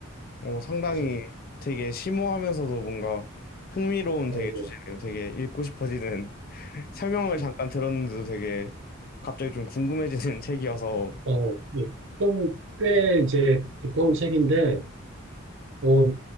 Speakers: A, on the left; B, on the right.
A: 어, 상당히
B: 책에서
A: 되게 심오하면서도 뭔가 흥미로운
B: 어,
A: 되게 주제네요. 되게 읽고 싶어지는 <laughs> 설명을
B: 이
A: 잠깐
B: 음,
A: 들었는데도 되게 갑자기 좀 궁금해지는 <laughs> 책이어서
B: 어, 예. 좀꽤 이제 두꺼운 책인데 어,